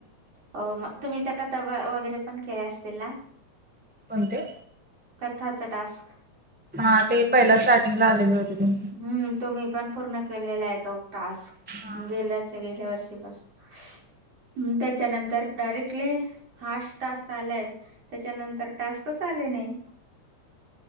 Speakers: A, on the right; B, in the centre.
A: हो मग तुम्ही त्या का तवा वगैरे पण केले असतील ना.
B: कोणते.
A: कथाचा टास्क.
B: हा ते पहिला स्टार्टिंग ला आलेले होते ते.
A: हम्म तुम्ही पण पूर्ण केलेला आहे तो टास्क.
B: हा
A: गेल्याच्या गेल्या वर्षीपासून. त्याच्यानंतर डायरेक्टली हार्श टास्क आलाय. त्याच्यानंतर टास्कच आले नाही.